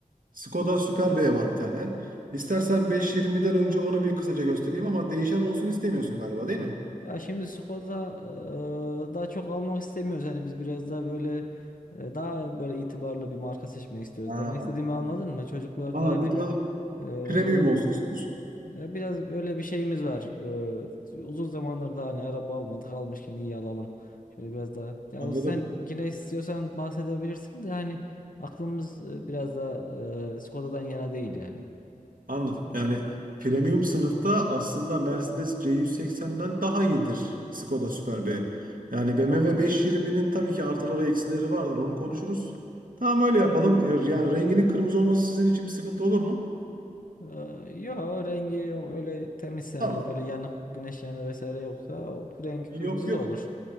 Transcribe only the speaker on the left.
ya şimdi Skoda e, daha çok almak istemiyoruz. Hani biz biraz daha böyle e, daha böyle itibarlı bir marka seçmek istiyoruz.
Demek istediğimi
anladın mı? Çocuklar
da hani
e,
bu-
E, Biraz böyle bir şeyimiz var. E, uzun zamandır da hani araba almadık almışken iyi alalım. Şöyle biraz daha. Ya
o sen yine istiyorsan bahsedebilirsin de hani aklımız e, biraz daha e, Skoda'dan yana değil yani.
E, yok rengi yok öyle temiz yani
böyle yanık güneş yanığı vesaire yoksa o rengi
kırmızı
da olur.